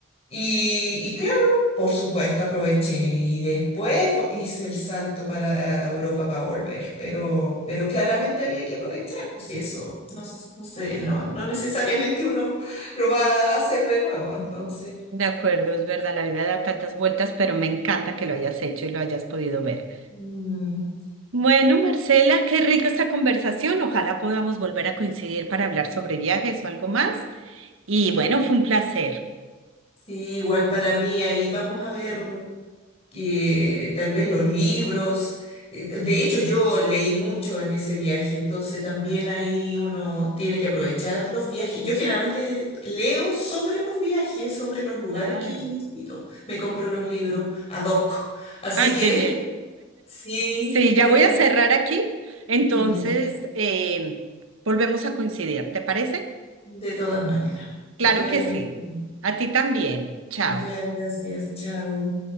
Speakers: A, on the left; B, on the right.
A: Y, y claro, por supuesto, aproveché y después vo- hice el salto para eh, Europa para volver, pero, pero claramente había que aprovechar, pues, si eso no, s- no sé, no, no necesariamente uno lo va a hacer de nuevo, entonces,
B: De acuerdo, es verdad, la vida da tantas vueltas, pero me encanta que lo hayas hecho y lo hayas podido ver.
A: mm,
B: Bueno, Marcela, qué rica esta conversación. Ojalá podamos volver a coincidir para hablar sobre viajes o algo más. Y bueno, fue un placer.
A: sí, igual para mí ahí vamos a ver. que tal vez los libros. Eh, De de hecho, yo leí mucho en ese viaje, entonces también ahí uno tiene que aprovechar los viajes. Yo generalmente leo sobre los viajes, sobre los lugares
B: Claro.
A: que yo visito. Me compro los libros ad hoc. Así
B: Ah,
A: que
B: qué bien.
A: <laughs> sí,
B: Sí,
A: sí,
B: ya voy
A: así-
B: a cerrar aquí. Entonces,
A: ya,
B: eh, volvemos a coincidir. ¿Te parece?
A: De todas maneras, que
B: Claro
A: te vaya
B: que sí.
A: muy bien.
B: A ti también. Chao.
A: Ya, gracias, chao.